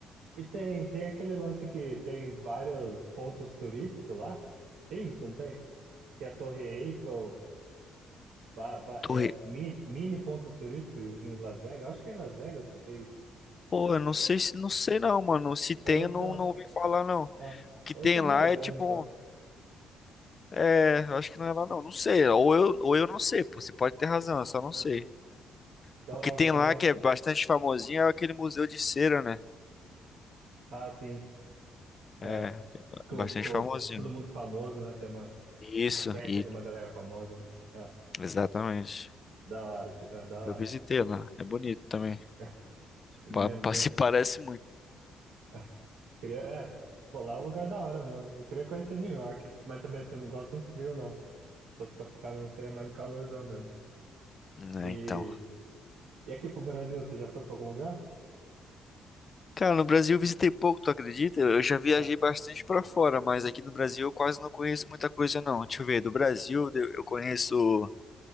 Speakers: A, on the right; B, on the left.
A: E tem, tem aquele lance que tem vários pontos turísticos lá? Tem isso, não tem? Tem a Torre Eiffel, ba- ba-
B: Torre,
A: é, mini, mini pontos turísticos em Las Vegas. Acho que é em Las Vegas que tem isso.
B: Pô, eu não sei
A: Ou,
B: se não sei não, mano. Se tem,
A: ou eu
B: eu não,
A: tô,
B: não ouvi falar não.
A: ah,
B: O que
A: ou
B: tem
A: eu tô
B: lá
A: viajando,
B: é tipo,
A: então.
B: é, eu acho que não é lá não. Não sei. Ou eu, ou eu não sei, pô. Você pode ter razão, eu só não
A: Ah,
B: sei.
A: dá-
B: O que
A: eu
B: tem
A: vou dar
B: lá
A: uma.
B: que é bastante famosinho é aquele museu de cera, né?
A: Ah, sim.
B: É,
A: É,
B: é
A: com,
B: bastante
A: com
B: famosinho.
A: todo mundo famoso, né? Tem uma
B: Isso,
A: maquete
B: e
A: de uma galera famosa. né? É,
B: exatamente.
A: da hora, tipo, é, da hora.
B: Eu visitei lá. É bonito também.
A: <laughs> Ne,
B: Pa- pa-
A: ne,
B: Se parece muito.
A: ah, queria, é, pô, lá é um lugar da hora mesmo. Eu queria conhecer New York, mas também assim, eu não gosto do frio, não. Só Se fosse pra ficar mesmo, seria mais no calorzão mesmo.
B: Né,
A: E.
B: então.
A: E aqui pro Brasil, você já foi pra algum lugar?
B: Cara, no Brasil eu visitei pouco, tu acredita? Eu já viajei
A: Ah,
B: bastante pra fora, mas aqui no Brasil eu quase não conheço muita coisa não. Deixa eu ver, do Brasil eu eu conheço